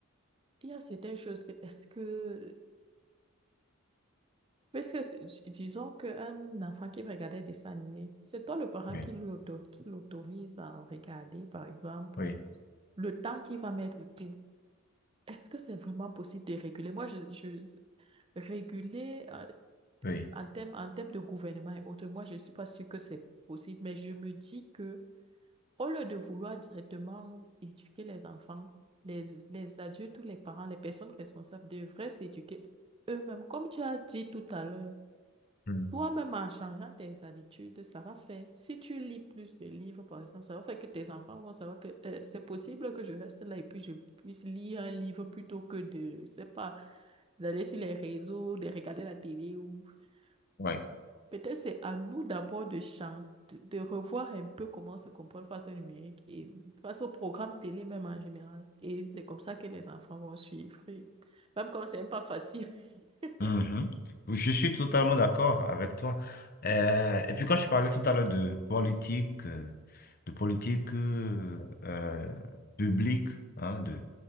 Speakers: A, on the right; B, on the left.
A: il y a certaines choses que est-ce que parce que c'est- dis- disons qu'un enfant qui regardait des dessins animés, c'est toi le parent
B: Oui,
A: qui lui auto- qui l'autorise à regarder, par exemple,
B: oui,
A: le temps qu'il va mettre et tout. Est-ce que c'est vraiment possible de réguler? Moi, je, je réguler euh,
B: oui.
A: En termes en termes de gouvernement et autres, moi, je ne suis pas sûre que c'est possible, mais je me dis que au lieu de vouloir directement éduquer les enfants, les, les adultes ou les parents, les personnes responsables devraient s'éduquer eux-mêmes. Comme tu as dit tout à l'heure,
B: Mm.
A: toi-même, en changeant tes habitudes, ça va faire, si tu lis plus de livres, par exemple, ça va faire que tes enfants vont savoir que euh, c'est possible que je reste là et puis je puisse lire un livre plutôt que de, je sais pas, d'aller sur les réseaux, de regarder la télé ou
B: Oui.
A: Mm. Peut-être c'est à nous d'abord de changer, de, de revoir un peu comment on se comporte face au numérique et face au programme télé même en général. Et c'est comme ça que les enfants vont suivre. Et Même quand c'est même pas facile. <laughs>
B: Mhm. Oui, Je suis totalement d'accord avec toi. Euh, et puis quand je parlais tout à l'heure de politique, euh, de politique euh, euh, publique, hein, de,